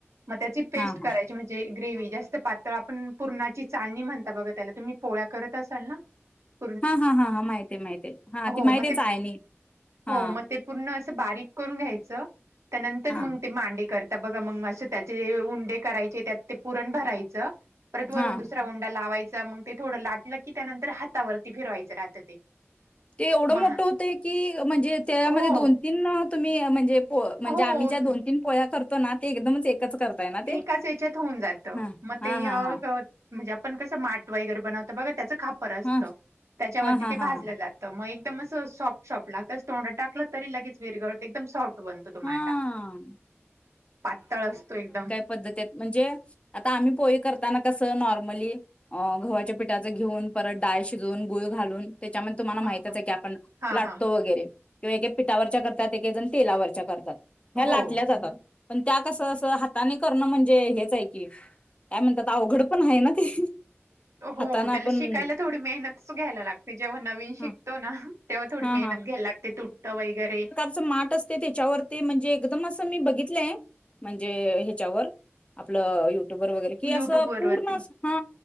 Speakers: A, on the right; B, on the left.
A: मग त्याची पेस्ट
B: हा हा
A: करायची म्हण जे ग्रेवी जास्त पातळ आपण पुरणाची चाळणी म्हणता बघा त्याला, तुम्ही पोळ्या करत असाल ना? <inaudible>
B: हा हा हा हा माहिते माहिते, हा
A: हो
B: ती माहितीये
A: मग ते
B: चाळणी
A: हो
B: हा
A: मग ते पूर्ण असं बारीक करून घ्यायचं, त्यानंतर
B: हा
A: मंग ते मांडे कर त बघा मंग असं त्याचे उंडे करायचे त्यात ते पुरण भरायचं. परत वरून
B: हा
A: दुसरा उंडा लावायचा, मंग ते थोडं लाटलं की त्यानंतर हातावरती फिरवायचं राहतं ते
B: ते एवढं
A: मग
B: मोठं होतंय की म्हणजे त्यामध्ये
A: हो
B: दोन तीन तुम्ही म्हणजे पोळ म्हणजे
A: हो
B: आम्ही ज्या दोन तीन पोळ्या करतो ना, ते एकदमच एकच करताय ना ते
A: एकाच याच्यात होऊन जात
B: हा
A: मग
B: हा
A: ते
B: हा
A: अ
B: हा
A: क म्हणजे आपण कसं माट वगैरे बनवत बघा त्याचं खापर असतं
B: हा
A: त्याच्यावरती
B: हा हा
A: ते
B: हा
A: भाजलं जा त मग एकदम असं सॉफ्ट सॉफ्ट लागत, अस तोंडात टाकलं तरी लगेच विरगळत एकदम सॉफ्ट बनतो तो
B: हा
A: मांडा, पातळ असतो एकदम
B: पद्धत येत म्हणजे आता आम्ही पो इ करताना कस नॉर्मली अ गव्हाच्या पिठाच घिऊन, परत डाळ शिजवून, गुळ घालून त्याच्यामध्ये तुम्हाना माहितच
A: हा हा
B: आहे की आपण
A: हा
B: लाटतो
A: हा
B: वगैरे किंवा एक एक पिठावरच्या करतात एकेक जण तेलावरच्या करतात ह्या
A: हो
B: लाटल्या जातात, पण त्या कस अस हाताने करणं म्हणजे हेच आहे की काय म्हणत्यात अवघड पण हाय ना ते
A: हो
B: हाताना
A: त्याला
B: आपण
A: शिकायला थोडी मेहनतच घ्यायला लागते, जेव्हा नवीन शिकतो
B: हा
A: ना तेव्हा थोडी
B: हा
A: मेहनत घ्यायला लागते तुटतं वगैरे
B: अस माट असते त्याच्यावर ते म्हणजे एकदम असं मी बघितलंय म्हणजे हेच्यावर आपलं युट्युब वर वगैरे कि
A: युट्यूब
B: असं
A: वरती
B: पूर्ण अस हा